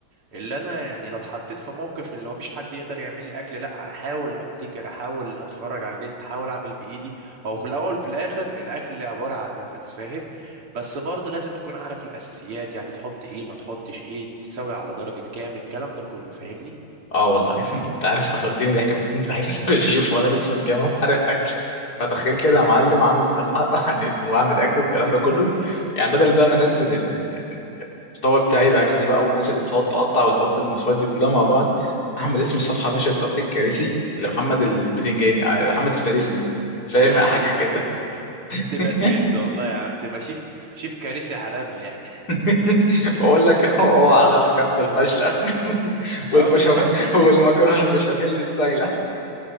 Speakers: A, on the right; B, on the left.
A: اللي انا يعني لو اتحطيت في موقف اللي مفيش حد يقدر يعمل لي اكل لا احاول ابتكر احاول اتفرج على النت احاول اعمل بايدي هو في الاول في الاخر الاكل عباره عن نفس فاهم بس برضه لازم تكون عارف الاساسيات يعني تحط ايه ما تحطش ايه تسوي على درجه كام الكلام ده كله فاهمني
B: اه والله <laughs> انت عارف فصلتني ضحك بس انت عايز تبقى شيف وانا لسه متجمع محرق <laughs> اكل فتخيل كده يا معلم عامل صفحه <laughs> على النت واعمل اكل والكلام ده كله يعني بدل بقى ما انزل ال- ال- ال- الطبق بتاعي باكل بقى والناس اللي بتقعد تقطع وتحط المواصفات دي كلها مع بعض اعمل اسم الصفحه ماشي الطبخ الكارثي لمحمد البتنجاني آه، محمد الفارسي مثلا فاهم
A: والله
B: حاجه
A: العظيم
B: كده
A: يا عم تبقى تبقى
B: <laughs>
A: ترند والله يا عم تبقى شيف شيف كارثي عالمي يعني
B: <laughs> بقول لك هو على الكبسة الفاشلة <laughs>
A: <laughs>
B: والبشاميل
A: اه بالظبط كده
B: والمكرونة البشاميل السايلة